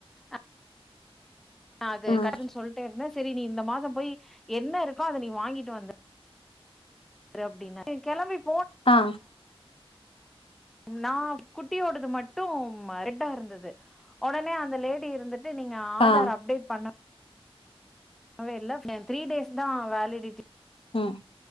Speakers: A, in the centre; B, on the left (about 60°).
A: அ நா அது
B: ம்
A: கடனுன் சொல்டனு செரி நீ இந்த மாசோ போய் என்ன இருக்கோ அத நீ வாங்கிட்டு வந்து ரு அப்டினார் நீ கெளம்பிப்
B: ஆ
A: நாவ் குட்டியோடது மட்டும் மரட்டாருந்தது ஒடனே அந்த லேடி இருந்துட் டு நீங்க ஆதார்
B: ஆ
A: அப்டேட் பண்ணு அவா எல்லா ஃபேன் த்ரீ டேஸ் தா வேலிடிட்டி
B: ம்